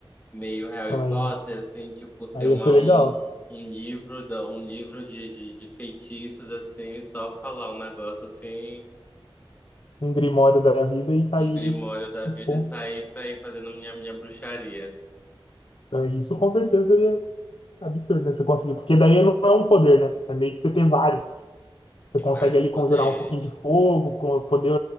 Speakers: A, on the left; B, on the left.
A: meio Harry
B: não, aí,
A: Potter, assim. Tipo, ter
B: aí
A: uma,
B: ia ser legal.
A: um, um livro, da- um livro de, de, de feitiços, assim. Só falar um negócio, assim.
B: Um grimório da vida e sair
A: um grimório da
B: expondo.
A: vida e sair pra ir fazendo minha, minha bruxaria.
B: Então, Isso com certeza seria Absurdo, né? Você conseguir. Porque daí não é um poder, né? É meio que você ter vários. Você
A: Tem
B: consegue
A: vários
B: ali
A: poderes.
B: conjurar um pouquinho de fogo, con- poder